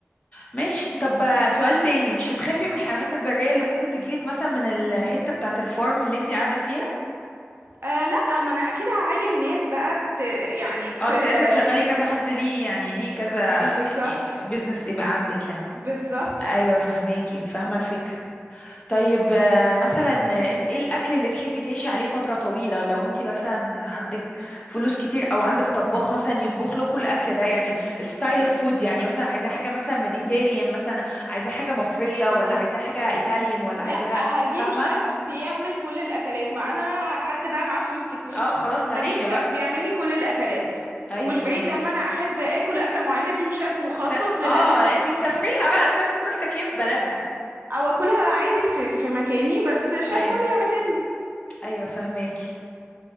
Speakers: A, on the left; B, on the right.
A: ماشي طب آه، سؤال تاني مش هتخافي من الحيوانات البرية اللي ممكن تجيلك مثلا من الحتة بتاعة الفارم اللي انت قاعدة فيها
B: آه لا ما انا اكيد هعين ناس بقى ت... يعني
A: اه
B: ت...
A: انت
B: آه،
A: عايزة تشغلي
B: ت...
A: كذا حد ليه يعني ليه كذا
B: بالظبط
A: يعني بيزنس يبقى عندك يعني
B: بالظبط
A: ايوه فهماكي فاهمة الفكرة طيب آه، مثلا آه، ايه الاكل اللي تحبي تعيشي عليه فترة طويلة لو انت مثلا عندك فلوس كتير او عندك طباخ مثلا يطبخ له كل الاكل ده يعني الستايل اوف فود يعني مثلا عايزة حاجة مثلا ميديتيريان مثلا عايزة حاجة مصرية ولا عايزة حاجة ايطاليان ولا
B: لا
A: عايزة
B: هجيب
A: فاهمة
B: شيف بيعمل كل الاكلات ما انا حد بقى معاه فلوس كتير
A: اه خلاص غنية
B: هجيب شيف
A: بقى
B: بيعمل لي كل الاكلات
A: ايوه
B: ومش
A: فاهماكي
B: بعيد لما انا احب اكل اكله معينه اجيب شيف مخصص
A: س...
B: للاكله
A: اه
B: دي
A: انت تسافري لها بقى تسافري تروحي تاكليها في بلدها
B: او اكلها عادي في في مكاني بس شيف
A: ايوه
B: هو اللي يعملها لي
A: ايوه فاهماكي